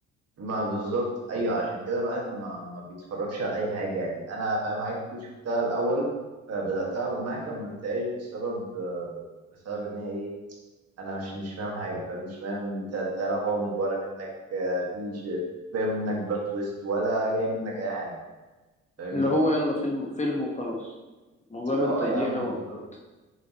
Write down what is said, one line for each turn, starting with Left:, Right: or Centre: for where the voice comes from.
Right: ما بالظبط ايوه عشان كده الواحد ما ما بيتفرجش على اي حاجه يعني انا فاهم حاجات كتير شفتها الاول آه، بداتها وما كملتهاش بسبب آه، بسبب ان هي ايه انا مش مش فاهم حاجه فاهم مش فاهم انت أنت لا غامض ولا منك آه، في ش- باين منك بلوت تويست ولا جاي منك اي حاجه فاهمني
Left: اللي هو يلا فيلم فيلم وخلاص مجرد
Right: اه
Left: تضييع
Right: يا عم
Left: وقت
Right: بالظبط